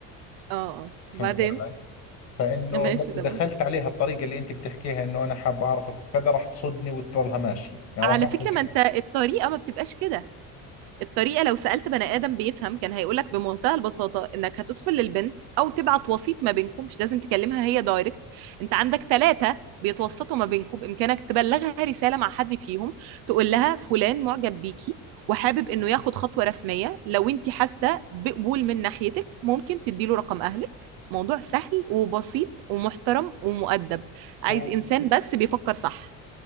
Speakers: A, on the right; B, on the left.
A: آه.
B: فهمت
A: بعدين
B: علي فانه
A: ماشي
B: لو دخلت
A: تمام
B: عليها الطريقه اللي انت بتحكيها انه انا حاب اعرفك وكذا راح تصدني وتضلها ماشيه يعني
A: على
B: راح احرج
A: فكرة ما انت الطريقة ما بتبقاش كده الطريقة لو سألت بني آدم بيفهم كان هيقولك بمنتهى البساطة إنك هتدخل للبنت أو تبعت وسيط ما بينكم مش لازم تكلمها هي دايركت أنت عندك ثلاثة بيتوسطوا ما بينكم بإمكانك تبلغها رسالة مع حد فيهم تقول لها فلان معجب بيكي وحابب إنه ياخد خطوة رسمية لو أنت حاسة بقبول من ناحيتك ممكن تديله رقم أهلك موضوع سهل وبسيط ومحترم ومؤدب عايز
B: حالي
A: إنسان بس بيفكر صح